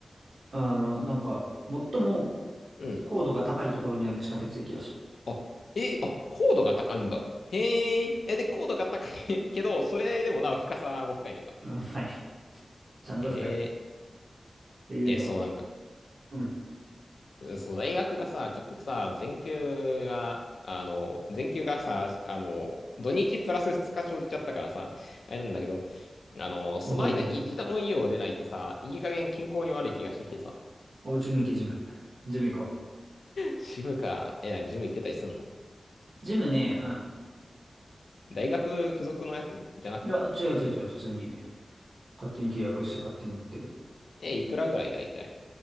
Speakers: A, on the right; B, on the left.
A: あの、なんか、最も
B: うん。
A: 高度が高いところにある地下鉄駅らしい。
B: あ、えーあ、高度が高いんだ。へえ、え、で、高度が高い <laughs> けど、それでもなお深さも深いのか。
A: うん、<laughs> はい。ちゃんと深い。
B: へえ、
A: っていうのが。
B: え、そうなんか
A: うん。
B: そう、大学がさ、結局さ、全休が、あの、全休がさ、あの、土日プラス2日生じちゃったからさ、あれなんだけど、あの、その間一度も家を出ないとさ、
A: お、はいはいはい。
B: いい加減健康に悪い気がしてきてさ、
A: お、ジム行け、ジム。ジム行こ
B: ジムか、え、なにジム行ってたりすんの
A: う。ジムね、うん。
B: 大学付属のやつじゃなく、
A: いや、違う違う違う、普通に。勝手に契約して勝手に行ってる。
B: え、いくらぐらいだいたい